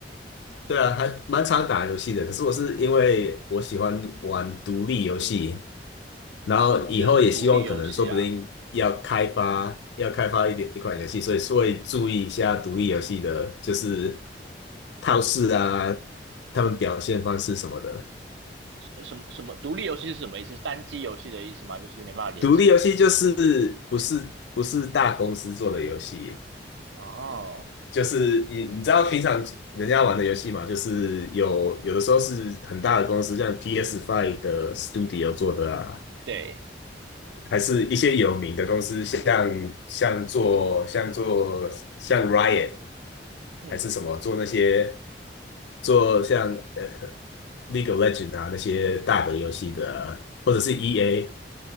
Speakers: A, on the left; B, on the right.
A: 对啊，还蛮常打游戏的。可是我是因为我喜欢玩独立游戏，然后以后也希望可能说不定要开发要开发一点一款游戏，
B: 你是独立游戏啊？
A: 所以是会注意一下独立游戏的，就是套式啊，他们表现方式什么的。
B: 什什么什么独立游戏是什么意思？是单机游戏的意思吗？就是没办法连线的。
A: 独立游戏就是不是不是大公司做的游戏，
B: 哦，
A: 就是你你知道平常人家玩的游戏嘛，就是有有的时候是很大的公司，像 p s Five 的 Studio 做的啊，
B: 对，
A: 还是一些有名的公司，像像做像做像 Riot。
B: 嗯
A: 还是什么做那些做像呃 League of l e g e n d 啊那些大的游戏的，或者是 EA